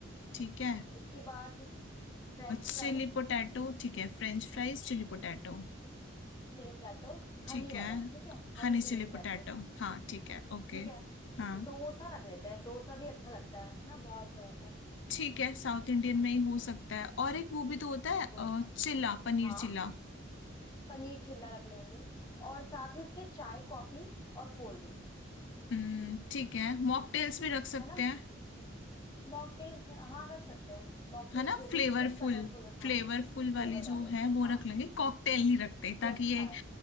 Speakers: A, on the left; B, on the left.
A: ठीक है
B: उसके बाद French
A: चिली
B: fries
A: पोटैटो ठीक है फ्रेंच फ्राइज चिली पोटैटो
B: chilli potato honey
A: ठीक
B: वाला
A: है
B: ठीक है हनी
A: हनी
B: चिली
A: चिली
B: पोटैटो
A: पोटैटो हाँ ठीक है ओके
B: ठीक है
A: हाँ
B: डोसा रख लेते हैं डोसा भी अच्छा लगता है ना बहुत लोगों को
A: ठीक है साउथ इंडियन में ही हो सकता है और एक वो भी तो होता है
B: डोसा
A: अ, चिल्ला पनीर
B: हाँ
A: चिल्ला
B: पनीर चिल्ला रख लेंगे और साथ में इसके चाय कॉफी और कोल्ड ड्रिंक
A: हम्म, ठीक है मॉकटेल्स भी रख सकते
B: है ना
A: हैं
B: मॉकटेल्स हाँ रख सकते हैं मॉकटेल्स
A: है ना
B: जो भी
A: फ्लेवरफुल
B: पिए कलरफुल हाँ
A: फ्लेवरफुल
B: फ्लेवर
A: वाली
B: वाले
A: जो है वो
B: हाँ
A: रख लेंगे कॉकटेल नहीं रखते
B: ये
A: ताकि
B: अच्छा
A: ये
B: है